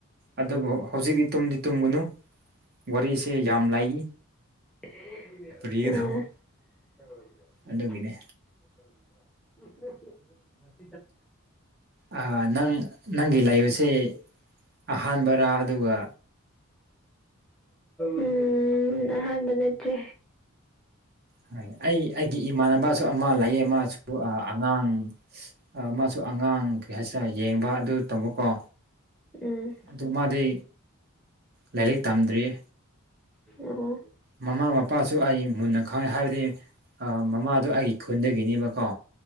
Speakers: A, on the right; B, in the centre.
A: ꯑꯗꯨꯕꯨ ꯍꯧꯖꯤꯛꯇꯤ ꯇꯨꯝꯗꯤ ꯇꯨꯝꯒꯅꯨ ꯋꯥꯔꯤꯁꯦ ꯌꯥꯝ ꯂꯩ
B: ꯑꯥ
A: ꯂꯤꯒꯗꯧꯕ
B: <unintelligible>
A: ꯑꯗꯨꯒꯤꯅꯦ ꯑꯥ ꯅꯪ ꯅꯪꯒꯤ ꯂꯩꯕꯁꯦ ꯑꯍꯥꯟꯕꯔꯥ ꯑꯗꯨꯒ
B: ꯎꯝ ꯑꯍꯥꯟꯕ ꯅꯠꯇꯦ
A: ꯍ ꯑꯩ ꯑꯩꯒꯤ ꯏꯃꯥꯟꯅꯕꯁꯨ ꯑꯃ ꯂꯩꯌꯦ ꯃꯥꯁꯨ ꯑꯉꯥꯡ ꯑꯥ ꯃꯥꯁꯨ ꯑꯉꯥꯡ ꯀꯔꯤ ꯍꯥꯏꯁꯤꯔ ꯌꯦꯡꯕ ꯑꯗꯨ ꯇꯝꯃꯀꯣ
B: ꯎꯝ
A: ꯑꯗꯨ ꯃꯥꯗꯤ ꯂꯥꯏꯔꯤꯛ ꯇꯝꯗ꯭ꯔꯤꯌꯦ
B: ꯑꯣ
A: ꯃꯃꯥ ꯃꯄꯥꯁꯨ ꯑꯩ ꯃꯨꯟꯅ ꯈꯪꯉꯦ ꯍꯥꯏꯕꯗꯤ ꯑꯥ ꯃꯃꯥꯗꯨ ꯑꯩꯒꯤ ꯈꯨꯟꯗꯒꯤꯅꯦꯕꯀꯣ